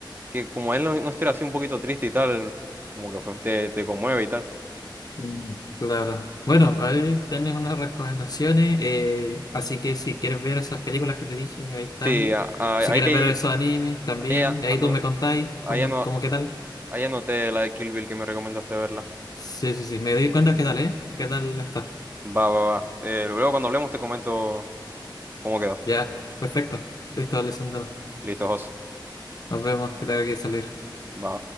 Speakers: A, on the right; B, on the left.
A: que como él no, no esté así un poquito triste y tal, como que fue- te, te conmueve y tal.
B: Mm, Claro. Bueno, ahí tienes unas recomendaciones. eh, así que si quieres ver esas películas que te dije, ahí están.
A: Sí, a- a-
B: Si
A: ahí,
B: quieres ver esos animes también,
A: ahí,
B: ahí
A: ano-
B: tú me contáis
A: ahí,
B: cómo,
A: ano-
B: cómo qué tal.
A: ahí anoté la de Kill Bill que me recomendaste verla.
B: Sí, sí, sí. Me doy cuenta qué tal, ¿eh? ¿Qué tal está?
A: Va, va, va. Eh, luego cuando hablemos te comento cómo quedó.
B: Ya, perfecto. Listo, Alessandro.
A: Listo, José.
B: Nos vemos, que tengo que salir.
A: Va.